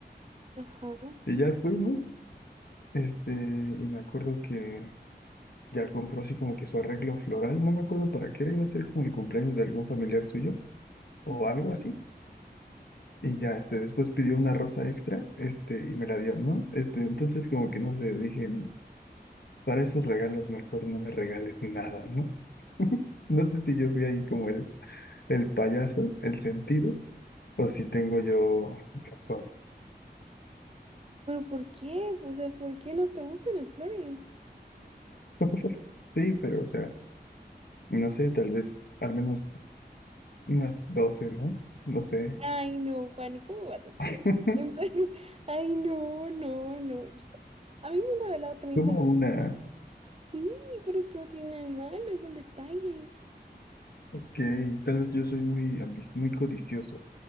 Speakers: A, on the right; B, on the left.
A: Ajá.
B: Y ya fuimos, este, y me acuerdo que Ya compró así como que su arreglo floral, no me acuerdo para qué era, iba a ser como el cumpleaños de algún familiar suyo o
A: ujú.
B: algo así. Y ya, este, después pidió una rosa extra, este, y me la dio, ¿no? Este, entonces como que no sé, dije, para esos regalos mejor no me regales nada, ¿no? <laughs> No sé si yo fui ahí como el, el payaso, el sentido, o si tengo yo razón.
A: Pero ¿por qué? O sea, ¿por qué no te gustan las flores?
B: <laughs> Sí, pero o sea, no sé, tal vez al menos unas doce ¿no? No sé.
A: Ay, no, Juan, ¿y cómo vas a creer?
B: <laughs>
A: <laughs> En serio, Ay, no, no, no. yo- a mí me han regalado también
B: Como
A: solo.
B: una.
A: Sí, pero es que no tiene nada de malo, es el detalle.
B: que tal vez yo soy muy, ambi- muy codicioso,